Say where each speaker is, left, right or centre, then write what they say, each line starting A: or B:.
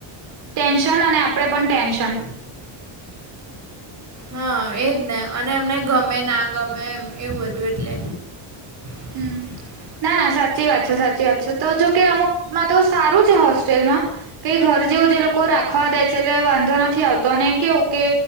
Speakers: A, on the right; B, on the right.
A: ટેન્શન અને આપણે પણ ટેન્શન
B: હા એજ ને અને એમને ગમે ના ગમે એમ એવું હતું એટલે <inaudible>
A: હમ ના ના સાચી વાત છે સાચી વાત છે તો જોકે અમુક માં તો સારું છે હોસ્ટેલમાં કઈ ઘર જેવું જે લોકો રાખવા દે છે એટલે વાંધો નથી આવતો અને કેવું કે